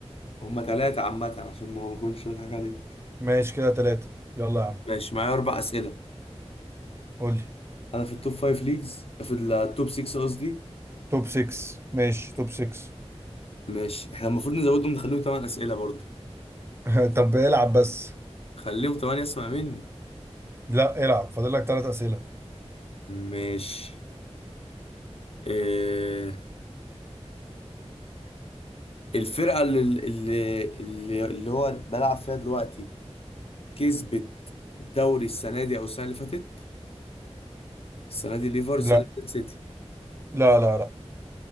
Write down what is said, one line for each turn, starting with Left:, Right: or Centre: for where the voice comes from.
Left: هما ثلاثة عامة عشان ما اكونش بضحك عليك
Right: ماشي كده ثلاثة يلا يا عم
Left: ماشي معايا اربع اسئلة
Right: قول لي
Left: انا في التوب فايف ليجز في التوب 6 قصدي
Right: توب 6 ماشي توب 6
Left: ماشي احنا المفروض نزودهم نخليهم ثمان اسئلة برضو
Right: <laughs> طب العب بس
Left: خليهم ثمانية اسمع مني
Right: لا العب فاضل لك ثلاث اسئله
Left: ماشي إيه الفرقة اللي اللي اللي اللي هو بلعب فيها دلوقتي كسبت الدوري السنة دي أو السنة اللي فاتت السنة دي ليفر السنة
Right: لا
Left: اللي فاتت سيتي
Right: لا لا لا